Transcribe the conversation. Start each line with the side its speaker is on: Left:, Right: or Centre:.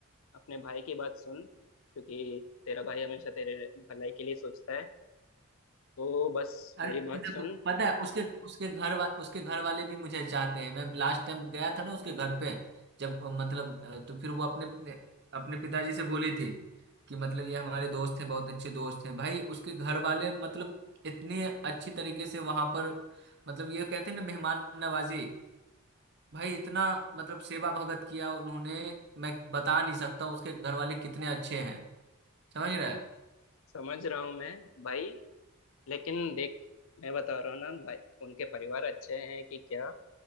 Left: अपने भाई की बात सुन क्योंकि तेरा भाई हमेशा तेरे भलाई के लिए सोचता है तो बस
Right: अरे
Left: मेरी बात
Right: देखो
Left: सुन
Right: पता है उसके उसके घर वा, उसके घर वाले भी मुझे चाहते हैं मैं लास्ट टाइम गया था ना उसके घर पे जब अ, मतलब अ, तो फिर वो अपने अपने अपने पिताजी से बोली थी कि मतलब ये हमारे दोस्त हैं बहुत अच्छे दोस्त हैं भाई उसके घर वाले मतलब इतनी अच्छी तरीके से वहां पर मतलब ये कहते हैं ना मेहमान नवाजी भाई इतना मतलब सेवा भगत किया उन्होंने मैं बता नहीं सकता हूँ। उसके घर वाले कितने अच्छे हैं समझ रहे हैं
Left: समझ रहा हूँ मैं भाई लेकिन देख मैं बता रहा हूँ ना भाई उनके परिवार अच्छे हैं कि क्या